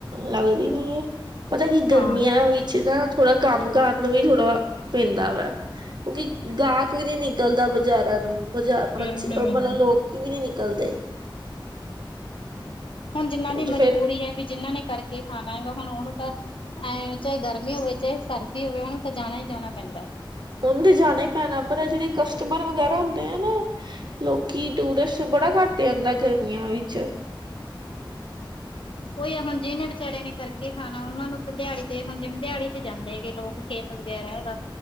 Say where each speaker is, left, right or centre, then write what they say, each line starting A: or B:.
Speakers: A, on the right (about 55°); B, on the left (about 80°).
A: ਲੱਗਦੀ ਨੀ ਏ, ਪਤਾ ਕੀ ਗਰਮੀਆਂ
B: ਹਾਂ
A: ਵੀ ਚ ਨਾ, ਥੋੜਾ ਕੰਮ ਕਰਨ ਨੂੰ ਵੀ ਥੋੜਾ ਪੈਂਦਾ ਵਾ, ਕਿਉਂਕਿ ਗਾਕ ਕੀ ਜੀ ਨਿਕਲਦਾ ਬਜ਼ਾਰਾਂ ਨੂੰ। ਬ ਬੱਚੇ,
B: ਹੂੰ-ਹੂੰ-ਹੂੰ-ਹੂੰ-ਹੂੰ।
A: ਮਤਲਬ ਲੋਕੀ ਵੀ ਨੀ ਨਿਕਲਦੇ।
B: ਹੁਣ ਜਿੰਨਾਂ ਦੀ ਮਜਬੂਰੀ
A: ਤੇ ਫੇਰ
B: ਏ, ਵੀ ਜਿਨਾਂ ਨੇ ਕਰਕੇ ਖਾਣਾ ਹੈਗਾ, ਹੁੂਣ ਉਹਨੂੰ ਤਾ ਐਂ ਚਾਏ ਗਰਮੀ ਹੋਵੇ, ਚਾਏ ਸਰਦੀ ਹੋਵੇ, ਉਹਨੂੰ ਤਾਂ ਜਾਨਾ ਈ ਜਾਨਾ ਪੈਂਦਾ।
A: ਉਹਨੁ ਤੇ ਜਾਨਾ ਈ ਪੈਨਾ, ਪਰ ਆ ਜੇਹੜੇ ਕਸਟਮਰ ਵਗੈਰਾ ਹੁੰਦੇ ਆ ਨਾ ਲੋਕੀ ਟੂਰਿਸਟ ਬੜਾ ਘਟ ਜਾਂਦਾ ਗਰਮੀਆਂ ਵਿੱਚ। <inaudible>
B: ਉਈ ਆ ਹੁੂੰਨ ਜਿਹਨੇ ਵਿਚਾਰੇ ਨੇ ਕਰਕੇ ਖਾਨਾ, ਉਹਨਾਂ ਨੂੰ ਦਿਹਾੜੀ ਤੇ ਹੁਨ ਜਿਵੇਂ ਦਿਹਾੜੀ ਤੇ ਜਾਂਦੇ ਹੈਗੇ ਲੋਕ ਖੇਤ ਵਗੈਰਾ ਹੈਗਾ,